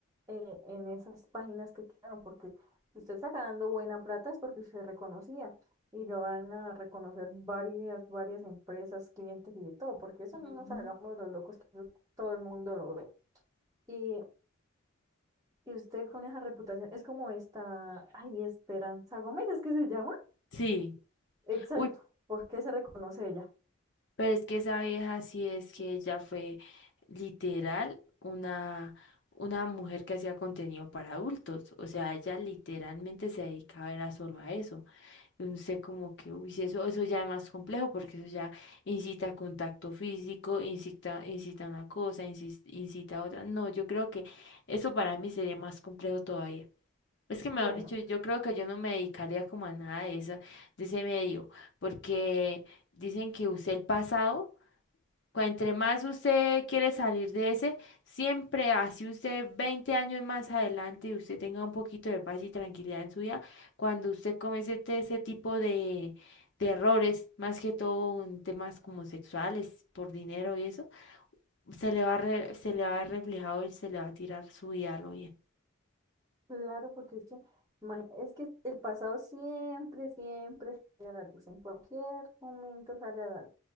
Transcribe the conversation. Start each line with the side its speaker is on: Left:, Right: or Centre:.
Right: eh, en esas páginas que quedaron, porque si usted está ganando buena plata es porque usted reconocía y lo van a reconocer varias, varias empresas, clientes y de todo, porque eso no
Left: Ujú.
Right: nos hagamos los locos que eso todo el mundo lo ve. Y, y usted con esa reputación es como esta, ay, Esperanza Gómez, es que se llama.
Left: Sí,
Right: Exacto,
Left: uy,
Right: ¿por qué se reconoce ella?
Left: pero es que esa vieja sí es que ella fue literal una, una mujer que hacía contenido para adultos, o sea, ella literalmente se dedicaba era solo a eso, y uno sé como que, uy, si eso, eso ya es más complejo porque eso ya incita a contacto físico, incita, incita a una cosa, insis- incita a otra, no, yo creo que eso para mí sería más complejo todavía. Es que mejor
Right: Bueno,
Left: dicho, yo creo que yo no me dedicaría como a nada de eso, de ese medio, porque dicen que usted el pasado, cua- entre más usted quiere salir de ese, siempre así usted 20 años más adelante y usted tenga un poquito de paz y tranquilidad en su vida, cuando usted comete este- ese tipo de, de errores, más que todo en temas como sexuales, por dinero y eso, se le va a re- se le va a ver reflejado y se le va a tirar su vida a lo bien.
Right: claro, porque es que, ma- es que el pasado siempre, siempre sale a la luz, en cualquier momento sale a la luz.